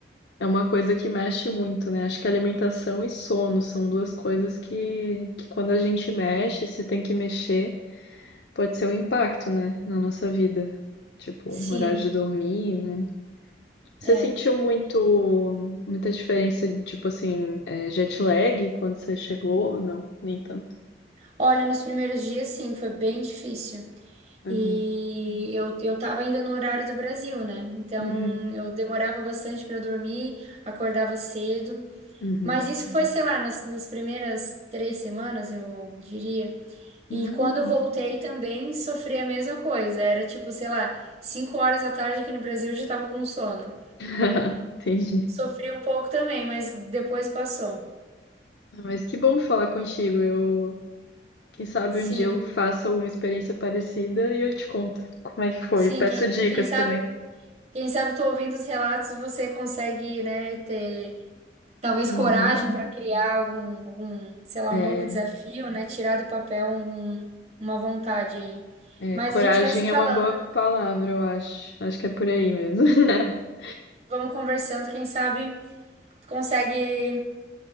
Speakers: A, on the left (about 70°); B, on the right (about 35°).
A: é uma coisa que mexe muito, né? Acho que alimentação e sono são duas coisas que, que quando a gente mexe, se tem que mexer, pode ser um impacto, né, na nossa vida. Tipo,
B: Sim,
A: horário de dormir, né? Você
B: é.
A: sentiu muito, muita diferença de, tipo assim, é, jet lag quando você chegou? ou Não, nem tanto.
B: Olha, nos primeiros dias, sim, foi bem difícil.
A: Uhum.
B: E eu, eu tava ainda no horário do Brasil, né? Então
A: Uhum.
B: eu demorava bastante pra dormir, acordava cedo.
A: Uhum.
B: Mas isso foi, sei lá, nas, nas primeiras três semanas, eu diria.
A: Hum.
B: E quando eu voltei também sofri a mesma coisa. Era tipo, sei lá, 5 horas da tarde aqui no Brasil eu já tava com sono.
A: <laughs> Entendi.
B: Sofri um pouco também, mas depois passou.
A: Ah, Mas que bom falar contigo. Eu Quem sabe
B: Sim,
A: um dia eu faça alguma experiência parecida e eu te conto como é que foi.
B: sim,
A: Peço
B: quem,
A: dicas
B: quem sabe,
A: também.
B: quem sabe tu ouvindo os relatos, você consegue, né, ter talvez
A: Uhum.
B: coragem para criar algum, algum, sei lá,
A: É,
B: um novo desafio, né, tirar do papel um- um, uma vontade aí.
A: é,
B: Mas
A: coragem
B: a gente vai se falando,
A: é uma boa palavra, eu acho. Acho que é por aí mesmo. <laughs>
B: vamos conversando, quem sabe tu consegue